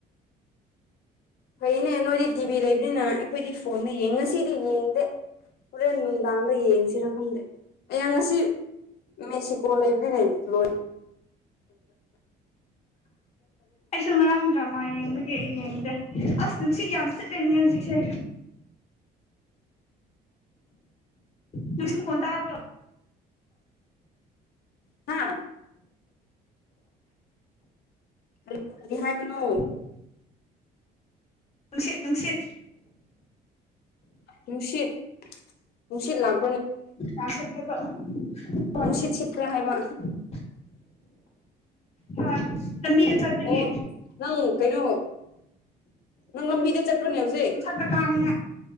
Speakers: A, on the left; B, on the left.
A: ꯐꯩꯅꯦ ꯅꯣꯏꯗꯤ ꯇꯤꯚꯤ ꯂꯩꯕꯅꯤꯅ ꯑꯩꯈꯣꯏꯗꯤ ꯐꯣꯟꯗ ꯌꯦꯡ ꯉꯁꯤꯗꯤ ꯌꯦꯡꯗꯦ꯫ ꯍꯣꯔꯦꯟ ꯅꯨꯡꯗꯥꯡꯗ ꯌꯦꯡꯁꯤꯔ ꯈꯪꯗꯦ ꯑꯌꯥꯡ ꯉꯁꯤ ꯃꯦꯛꯁꯤꯀꯣ ꯂꯩꯕ꯭ꯔꯤꯅꯦ ꯂꯣꯏ
B: ꯑꯩꯁꯨ ꯉꯔꯥꯡ ꯗ꯭ꯔꯃꯥ ꯌꯦꯡꯕꯒꯤ ꯌꯦꯡꯗꯦ ꯑꯁ ꯅꯨꯡꯁꯤꯠ ꯌꯥꯝ ꯆꯤꯠꯂꯅꯤ ꯍꯧꯖꯤꯛꯁꯦ꯫ ꯅꯨꯡꯁꯤꯠ ꯃꯈꯣꯟ ꯇꯥꯕ꯭ꯔꯣ꯫
A: ꯍꯥꯥ꯫ ꯀꯔꯤ ꯀꯔꯤ ꯍꯥꯏꯕꯅꯣ꯫
B: <inaudible> ꯅꯨꯡꯁꯤꯠ ꯅꯨꯡꯁꯤꯠ꯫
A: ꯅꯨꯡꯁꯤꯠ ꯅꯨꯡꯁꯤꯠ ꯂꯥꯛ
B: ꯌꯥꯝ ꯁꯤꯠꯂꯦꯕ꯫ ꯍꯣꯏ
A: ꯅꯨꯡꯁꯤꯠ ꯁꯤꯠ꯭ꯄꯔꯥ ꯍꯥꯏꯕ꯫
B: ꯎꯝ ꯍꯣꯏ ꯂꯝꯕꯤꯗ ꯆꯠꯄꯒꯤ
A: ꯑꯣ ꯅꯪ ꯀꯩꯅꯣ ꯅꯪ ꯂꯝꯕꯤꯗ ꯆꯠꯄ꯭ꯔꯅꯦ ꯍꯧꯖꯤꯛ꯫
B: <unintelligible> ꯀꯅꯤ